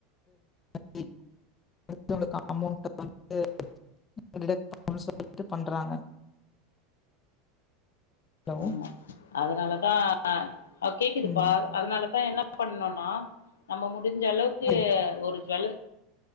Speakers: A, on the left; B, on the left.
A: த்தி ஜெஸ்ட்டு உங்களுக்கு அமௌன்ட் வண்ட்டு டிடக்கட் முழுசா வந்துட்டு பண்றாங்க ஹலோ
B: ஆமா அதனாலதா அ கேக்குது
A: ம்
B: பா அதனால தா என்ன பண்ணுணா நம்ம முடிஞ்ச அளவுக்கு
A: சரி
B: ஒரு ஜுவல்